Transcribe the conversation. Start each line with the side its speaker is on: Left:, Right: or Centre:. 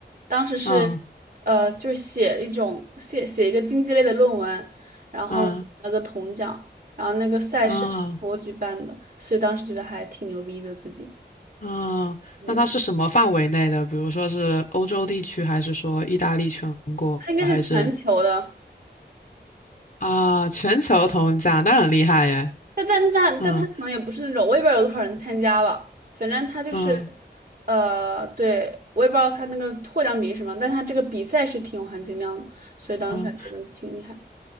Right: 当时是
Left: 嗯
Right: 呃，就是写一种写写一个经济类的论文，然后拿了个铜奖，
Left: 嗯
Right: 然后那个赛事我举办的，
Left: 嗯
Right: 所以当时觉得还挺牛逼的自己。
Left: 嗯。
Right: 嗯，
Left: 那它是什么范围内的？比如说是欧洲地区，还是说意大利全国，
Right: 它应该是全球的，
Left: 还是啊全球同奖？那很厉害耶。
Right: 但但但但它可能也不是那种，
Left: 嗯，
Right: 我也不知道有多少人参加吧。反正它就是，
Left: 嗯
Right: 呃，对，我也不知道它那个获奖比例是什么，但它这个比赛是挺有含金量的，所以当时还觉得挺厉害。
Left: 嗯